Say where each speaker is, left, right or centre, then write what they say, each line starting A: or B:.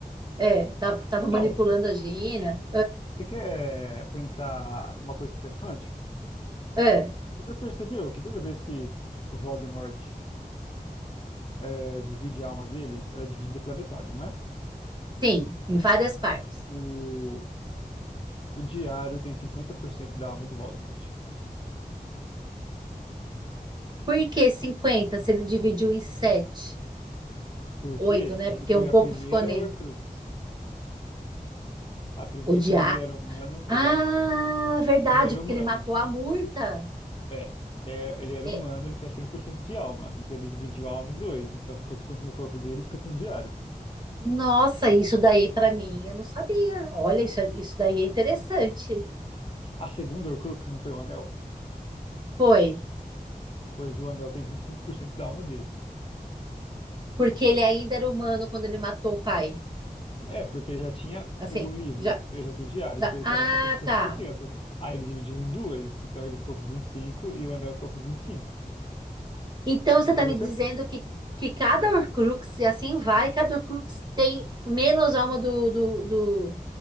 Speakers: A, on the right (about 30°); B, on the left (about 35°).
A: é, tá- tava manipulando
B: Não,
A: a Gina.
B: você quer é, pensar uma coisa interessante?
A: É,
B: Você já percebeu que toda vez que o Voldemort é, divide a alma dele, ela é dividida pela metade, não é?
A: sim, em várias partes.
B: O, o diário tem 50% da alma do Voldemort.
A: Por que 50 se ele dividiu em 7,
B: Porque
A: 8, né?
B: ele
A: Porque
B: foi
A: um pouco
B: a primeira
A: ficou nele.
B: Horcrux. A primeira,
A: O,
B: quando ele era humano,
A: Ah,
B: exato. é.
A: verdade,
B: Ele era
A: porque
B: humano.
A: ele matou a Murta.
B: É, é, ele era
A: É,
B: humano, ele tinha 100% de alma. Então ele dividiu a alma em dois. Então ficou 50 no corpo dele e 50 no diário.
A: nossa, isso daí para mim eu não sabia. Olha, isso, é- isso daí é interessante.
B: A segunda Horcrux não foi o anel?
A: Foi,
B: Pois o anel tem 25% da alma dele.
A: porque ele ainda era humano quando ele matou o pai.
B: É, porque ele já tinha o
A: Assim,
B: livro,
A: já,
B: ele já tinha o diário,
A: já.
B: então ele
A: Ah,
B: tava só com cinquenta
A: tá.
B: por cento. Aí ele dividiu em duas, então ele ficou com vinte e cinco e o anel ficou com 25.
A: Então você está
B: Se você.
A: me dizendo que, que cada Horcrux, e assim vai, cada Horcrux tem menos alma do, do, do-